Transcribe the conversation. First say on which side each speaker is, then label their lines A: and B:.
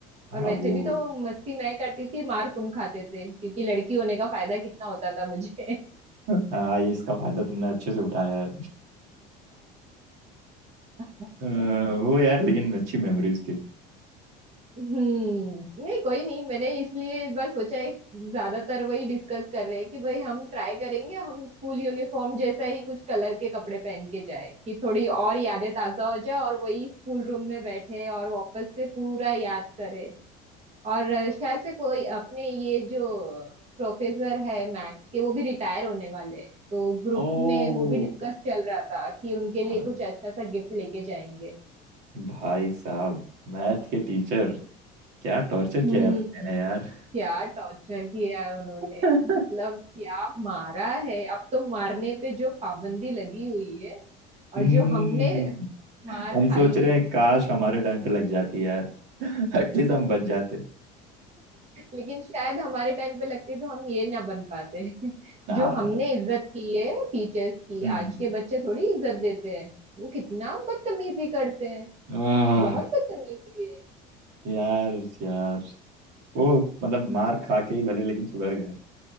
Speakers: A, on the right; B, on the right.
A: हाँ
B: और वैसे
A: वो
B: भी तो मस्ती मैं करती थी मार तुम खाते थे क्योंकि लड़की होने का फायदा कितना होता था मुझे
A: हाँ ये इसका फायदा तुमने अच्छे से उठाया है
B: <laughs>
A: अ,
B: हाँ
A: वो यार
B: <laughs>
A: लेकिन अच्छी मेमोरीज थी
B: हम्म नहीं कोई नहीं मैंने इसलिए इस बार सोचा है ज्यादातर वही डिस्कस कर रहे हैं कि भाई हम ट्राई करेंगे हम स्कूल यूनिफॉर्म जैसा ही कुछ कलर के कपड़े पहन के जाए कि थोड़ी और यादें ताजा हो जाए और वही स्कूल रूम में बैठे और वापस से पूरा याद करे और अ, शायद से कोई अपने ये जो प्रोफेसर है मैथ्स के वो भी रिटायर होने वाले हैं तो ग्रुप
A: ओ
B: में वो भी डिस्कस चल रहा था कि उनके लिए
A: भाई
B: कुछ अच्छा सा गिफ्ट लेके जाएंगे
A: भाई साहब मैथ के टीचर क्या टॉर्चर किया
B: हम्म
A: है बंदे ने यार
B: क्या टॉर्चर किया है उन्होंने
A: <laughs>
B: मतलब क्या मारा है अब तो मारने पे जो पाबंदी लगी हुई है और
A: हम्म,
B: जो हमने मार
A: हम
B: खाई
A: सोच रहे
B: है
A: हैं काश हमारे टाइम पे लग जाती यार <laughs> एटलीस्ट हम बच जाते
B: लेकिन शायद हमारे टाइम पे लगती तो हम ये ना बन पाते <laughs>
A: हाँ
B: जो हमने
A: यार
B: इज्जत की है टीचर्स की
A: हम्म
B: आज के बच्चे थोड़ी इज्जत देते हैं वो कितना बदतमीजी करते हैं
A: आह,
B: बहुत बदतमीजी
A: यार यार वो मतलब
B: है
A: मार खा के ही भले लेकिन सुधर गए